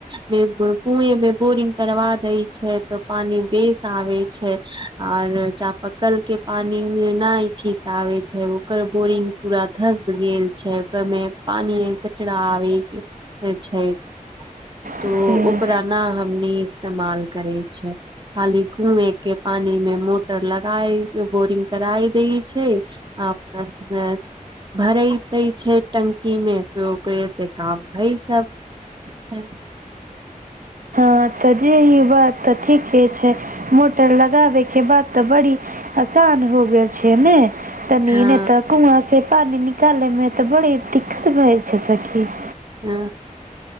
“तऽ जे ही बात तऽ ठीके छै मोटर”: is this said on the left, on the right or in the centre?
Right